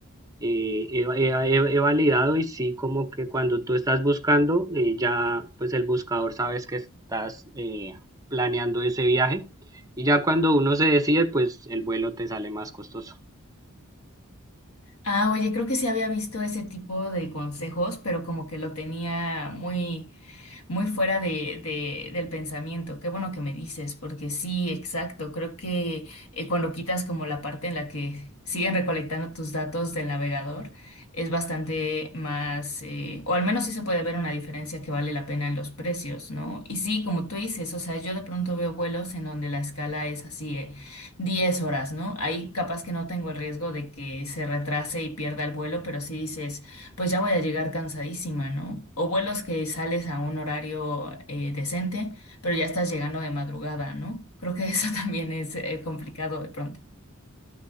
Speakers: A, on the right; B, on the left.
A: Eh, he, he- he- he validado y sí, como que cuando tú estás buscando, eh, ya pues el buscador sabes que estás eh, planeando ese viaje. Y ya cuando uno se decide, pues el vuelo te sale más costoso.
B: Ah, oye, creo que sí había visto ese tipo de consejos, pero como que lo tenía muy muy fuera de, de- del pensamiento. Qué bueno que me dices, porque sí, exacto. Creo que eh, cuando quitas como la parte en la que siguen recolectando tus datos del navegador, es bastante más, eh, o al menos sí se puede ver una diferencia que vale la pena en los precios, ¿no? Y sí, como tú dices, o sea, yo de pronto veo vuelos en donde la escala es así, eh, 10 horas, ¿no? Ahí capaz que no tengo el riesgo de que se retrase y pierda el vuelo, pero sí dices pues ya voy a llegar cansadísima, ¿no? O vuelos que sales a un horario eh, decente, pero ya estás llegando de madrugada, ¿no? Creo que eso <laughs> también es eh, complicado de pronto.